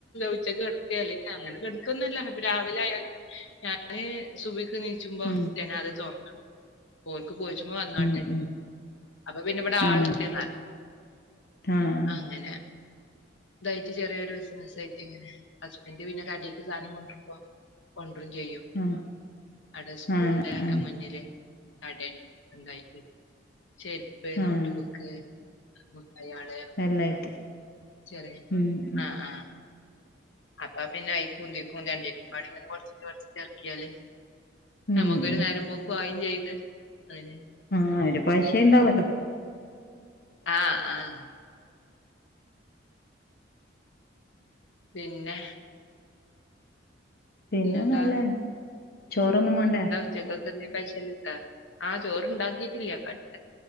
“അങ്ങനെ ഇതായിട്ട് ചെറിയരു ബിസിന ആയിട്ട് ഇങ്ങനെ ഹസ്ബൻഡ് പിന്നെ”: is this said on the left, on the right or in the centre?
Left